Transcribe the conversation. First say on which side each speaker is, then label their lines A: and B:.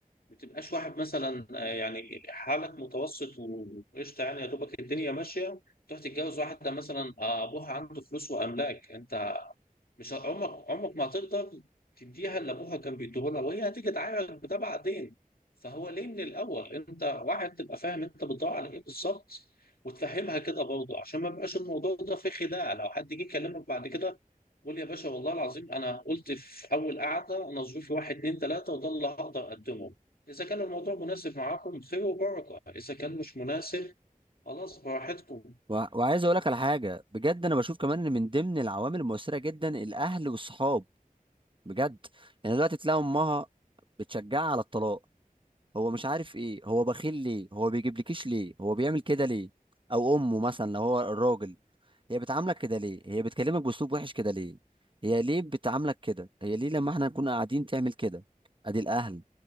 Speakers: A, on the left; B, on the right.
A: ما تبقاش واحد مثلا آه، يعني حالك متوسط وقشطه يعني يا دوبك الدنيا ماشيه تروح تتجوز واحده مثلا آه، ابوها عنده فلوس واملاك انت مش ه- عمرك عمرك ما هتقدر تديها اللي ابوها كان بيديهولها وهي هتيجي تعايرك بده بعدين فهو ليه من الاول انت واحد تبقى فاهم انت بتدور على ايه بالظبط وتفهمها كده برضه عشان ما يبقاش الموضوع ده فيه خداع لو حد جه يكلمك بعد كده قول يا باشا والله العظيم انا قلت في اول قعده انا ظروفي واحد اتنين تلاته وده اللي هقدر اقدمه اذا كان الموضوع مناسب معاكم خير وبركه اذا كان مش مناسب خلاص براحتكم
B: و... وعايز اقول لك على حاجه بجد انا بشوف كمان ان من ضمن العوامل المؤثره جدا الاهل والصحاب بجد يعني دلوقتي تلاقي امها بتشجعها على الطلاق هو مش عارف ايه هو بخيل ليه هو بيجيبلكيش ليه هو بيعمل كده ليه او امه مثلا لو هو الراجل هي بتعاملك كده ليه هي بتكلمك باسلوب وحش كده ليه هي ليه بتعاملك كده هي ليه لما احنا نكون قاعدين تعمل كده ادي الاهل